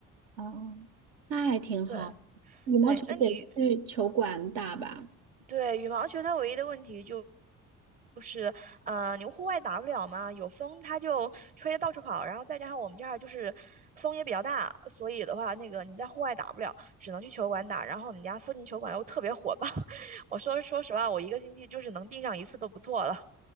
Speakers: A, on the right; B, on the right.
A: 哦，那还挺好。
B: 对
A: 羽毛球得去球馆打吧。
B: 对，那你对羽毛球它唯一的问题就就是，呃，你户外打不了嘛，有风它就吹得到处跑，然后再加上我们这儿就是风也比较大，所以的话，那个你在户外打不了，只能去球馆打。然后我们家附近球馆又特别火爆，<laughs> 我说说实话，我一个星期就是能订上一次都不错了。